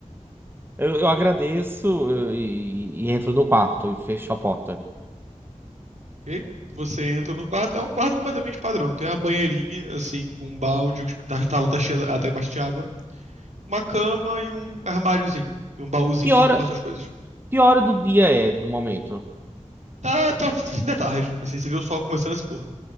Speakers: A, on the right; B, on the right.
A: Eu, eu agradeço eu- e, e entro no quarto e fecho a porta.
B: E aí você entra no quarto, é um quarto completamente padrão. Tem uma banheirinha, assim, com um balde, O tá, tá, tá cheia, ela tá embaixo de água, uma cama e um armáriozinho. E um baúzinho
A: Que
B: pra
A: hora,
B: você colocar suas coisas.
A: que hora do dia é no momento?
B: Tá, tá fim da tarde, assim, você vê o sol começando a se pôr.